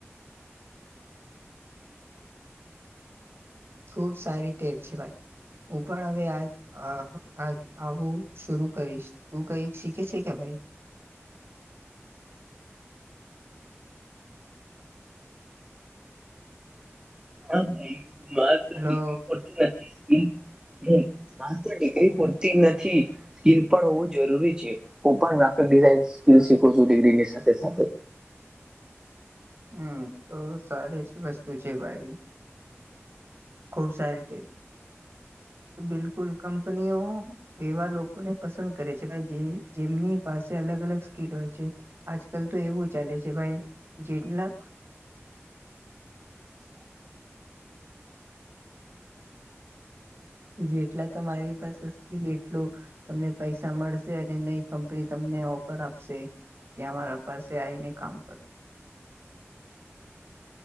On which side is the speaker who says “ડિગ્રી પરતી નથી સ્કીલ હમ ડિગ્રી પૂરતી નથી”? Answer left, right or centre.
Right